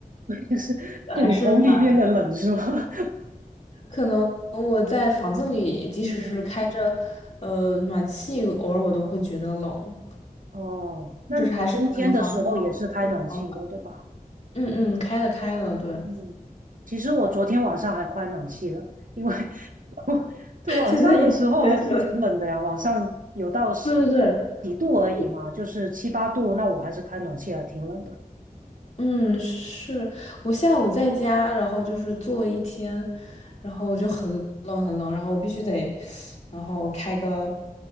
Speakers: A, on the right; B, on the left.
A: <laughs> 就是骨头里面的冷是吗？
B: 还是蛮。可能我在房子里，即使是开着呃暖气，
A: <laughs> 嗯，
B: 偶尔我都会觉得冷，
A: 哦，那你们冬天的时候也是开暖气的，
B: 或者是还是可能房子不保不保暖。
A: 对吧？
B: 嗯嗯，开的开的，对，
A: 嗯，其实我昨天晚上还开暖气了，因为 <laughs> 我就晚上的时候还是挺冷的呀，
B: <laughs> 现在也觉得
A: 晚上有到十
B: <laughs> 对对对，
A: 几度而已嘛，
B: 我
A: 就是七八度，那我还是开暖气还挺冷的。
B: 嗯是，我下午在家，然后就是坐一天，然后我就很冷很冷，然后我必须得，然后开个，